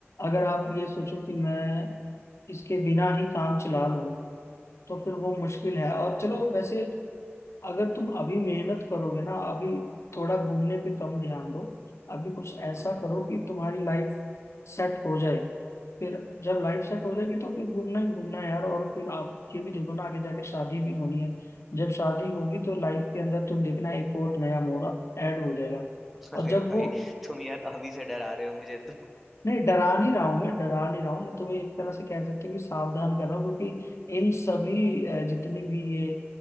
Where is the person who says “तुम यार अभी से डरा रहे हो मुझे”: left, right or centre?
Centre